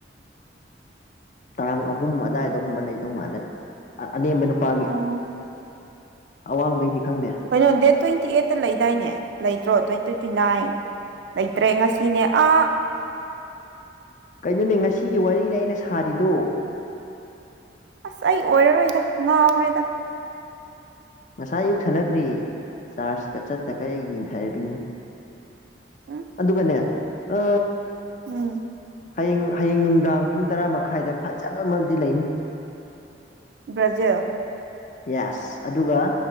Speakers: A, on the left; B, on the right.
A: ꯇꯥꯡ ꯑꯍꯨꯝ ꯑꯗꯨꯏꯗꯒꯨꯝꯕ ꯂꯩꯗꯧ ꯃꯥꯜꯂꯦ ꯑꯅꯦꯝꯕ ꯅꯨꯄꯥꯒꯤ
B: ꯑꯣ
A: ꯑꯋꯥꯡꯕꯩꯗꯤ ꯈꯪꯗꯦ
B: ꯀꯩꯅꯣ ꯗꯦꯠ ꯇ꯭ꯋꯦꯟꯇꯤ ꯑꯩꯠꯇ ꯂꯩꯗꯥꯏꯅꯦ ꯂꯩꯇ꯭ꯔꯣ ꯇ꯭ꯋꯦꯟꯇꯤ ꯇ꯭ꯋꯦꯟꯇꯤ ꯅꯥꯏꯟ ꯂꯩꯇ꯭ꯔꯦ ꯉꯁꯤꯅꯦ ꯑꯥ
A: ꯀꯩꯅꯣꯅꯦ ꯉꯁꯤꯒꯤ ꯋꯥꯔꯤꯅꯦ ꯑꯩꯅ ꯁꯥꯔꯤꯗꯣ
B: ꯑꯁ ꯑꯩ ꯑꯣꯏꯔꯔꯣꯏꯗ ꯉꯥꯎꯔꯦꯗ
A: ꯉꯁꯥꯏ ꯑꯌꯨꯛ ꯁꯥꯟꯅꯈ꯭ꯔꯤ ꯆꯥꯔꯖꯀ ꯆꯠꯇꯒ ꯑꯩ ꯌꯦꯡ ꯊꯥꯏꯕꯤꯅꯤ
B: ꯎꯝ
A: ꯑꯗꯨꯒꯅꯦ ꯑ
B: ꯎꯝ
A: ꯍꯌꯦꯡ ꯍꯌꯦꯡ ꯅꯨꯡꯗꯥꯡ ꯄꯨꯡ ꯇꯔꯥ ꯃꯈꯥꯏꯗ ꯐꯖꯕ ꯑꯃꯗꯤ ꯂꯩꯅꯤ
B: ꯕ꯭ꯔꯖꯤꯜ
A: ꯌꯦꯁ ꯑꯗꯨꯒ